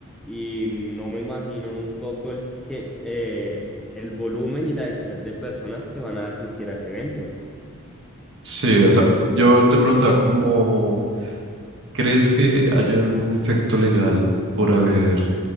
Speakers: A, in the centre; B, on the right.
A: Y no me imagino un poco el, que, eh, el volumen y la densidad de personas que van a asistir a ese evento.
B: Sí, o sea, yo te preguntaba como, ¿crees que haya algún efecto legal por haber